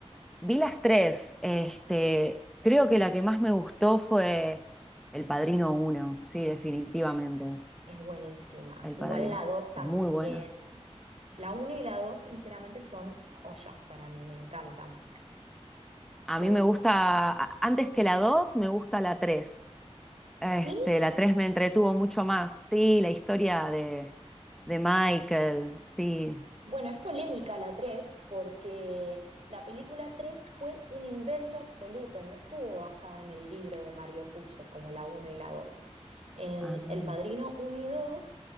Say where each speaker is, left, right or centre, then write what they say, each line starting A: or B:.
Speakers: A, in the centre; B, on the right.
A: Vi las tres, este, creo que la que más me gustó fue El Padrino uno, sí, definitivamente,
B: Es buenísima.
A: El
B: Igual
A: Padrino,
B: la dos también.
A: muy buena.
B: La uno y la dos, sinceramente, son joyas para mí, me encantan.
A: A
B: Pe-
A: mí me gusta, a- antes que la 2, me gusta la 3. Este,
B: ¿Sí?
A: la 3 me entretuvo mucho más, sí, la historia de, de Michael, sí.
B: Bueno, es polémica la 3 porque la película 3 fue un invento absoluto, no estuvo basado en el libro de Mario Puzo como la uno y la 2. En
A: Ah.
B: El Padrino uno y 2,